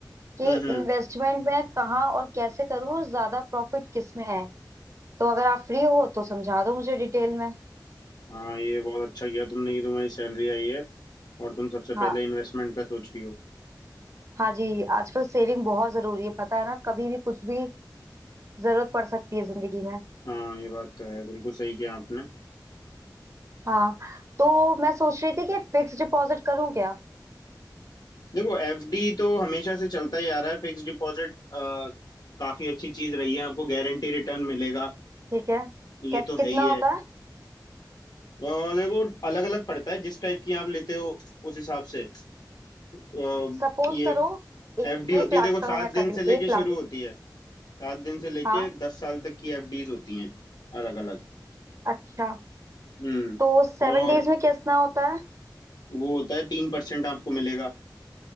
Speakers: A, on the right; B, on the left.
A: कि
B: हम्म हम्म
A: इन्वेस्टमेंट मैं कहाँ और कैसे करूं और ज्यादा प्रॉफिट किस में है तो अगर आप फ्री हो तो समझा दो मुझे डिटेल में
B: हाँ ये बहुत अच्छा किया तुमने कि तुम्हारी सैलरी आई है और तुम सबसे पहले
A: हाँ
B: इन्वेस्टमेंट का सोच रही हो
A: हाँ जी आजकल सेविंग बहुत जरूरी है पता है ना कभी भी कुछ भी जरूरत पड़ सकती है जिंदगी में
B: हाँ ये बात तो है बिल्कुल सही किया आपने
A: हाँ तो मैं सोच रही थी कि फिक्स डिपॉजिट करूं क्या
B: देखो एफडी तो हमेशा से चलता ही आ रहा है फिक्स्ड डिपॉजिट काफी अच्छी चीज रही है आपको गारंटी रिटर्न मिलेगा
A: ठीक है
B: ये
A: क्या कितना
B: तो है ही है
A: होता है
B: और देखो अलग अलग पड़ता है जिस टाइप की आप लेते हो उस हिसाब से अ,
A: सपोज
B: ये
A: करो ए-
B: एफडी होती
A: एक
B: है
A: लाख
B: देखो
A: का
B: सात
A: मैं
B: दिन
A: कर रही
B: से
A: हूँ
B: लेके
A: एक
B: शुरू
A: लाख
B: होती है सात दिन से लेके
A: हाँ
B: दस साल तक की एफडीज होती हैं अलग अलग
A: अच्छा
B: हम्म
A: तो सेवन
B: और
A: डेज में कितना होता है
B: वो होता है तीन परसेंट आपको मिलेगा